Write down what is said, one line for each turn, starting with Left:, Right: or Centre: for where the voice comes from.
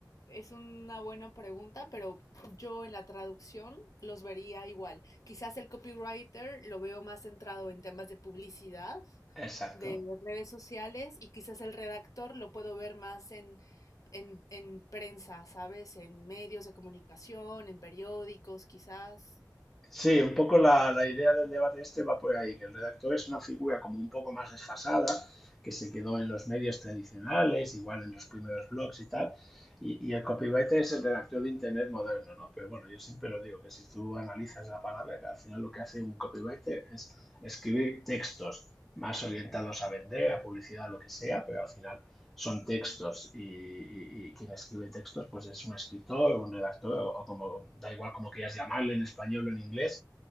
Left: es una buena pregunta, pero yo en la traducción los vería igual. Quizás el copywriter lo veo más centrado en temas de publicidad,
Centre: Exacto.
Left: de redes sociales, y quizás el redactor lo puedo ver más en, en, en prensa, ¿sabes? En medios de comunicación, en periódicos, quizás.
Centre: Sí, un poco la, la idea del debate este va por ahí, que el redactor es una figura como un poco más desfasada, que se quedó en los medios tradicionales, igual en los primeros blogs y tal, y, y el copywriter es el redactor de Internet moderno, ¿no? Pero bueno, yo siempre lo digo, que si tú analizas la palabra, que al final lo que hace un copywriter es escribir textos más orientados a vender, a publicidad, lo que sea, pero al final son textos y, y- y quien escribe textos pues es un escritor, un redactor o, o como, da igual como quieras llamarle en español o en inglés,